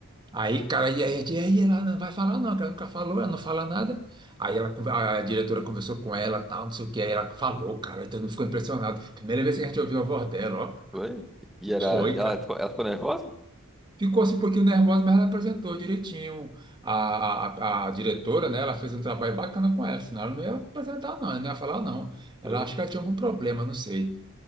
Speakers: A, on the right; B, in the centre.
A: Aí, cara, e aí a gente, e aí ela não vai falar não, que ela nunca falou, ela não fala nada. Aí ela, a diretora conversou com ela, tal, não sei o que, aí ela falou, cara, então não ficou impressionado. Primeira vez que a gente ouviu a voz dela, ó,
B: Foi? E era.
A: foi,
B: e Ela
A: cara.
B: ficou, ela ficou nervosa?
A: Ficou assim um pouquinho nervosa, mas ela apresentou direitinho. A, a, a diretora, né, ela fez um trabalho bacana com ela, senão ela não ia apresentar, não, ela não ia falar, não.
B: Foi?
A: Ela acho que ela tinha algum problema, não sei.